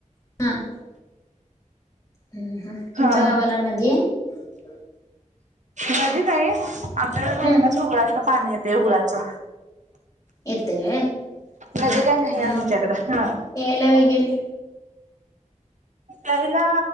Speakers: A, on the left; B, on the right.
A: हम्म हम् हम तुमच्या
B: हा
A: गावाला नदी आय <inaudible>
B: नदी नाही <inaudible> आमच्या कड डोंगणाच्या
A: हम्म
B: उगळातल <unintelligible> पाणी येतय गुळाचं
A: येतय वय-
B: नदी काय नाही आमच्याकडं
A: मग
B: हा
A: यायला वगैरे
B: पहिला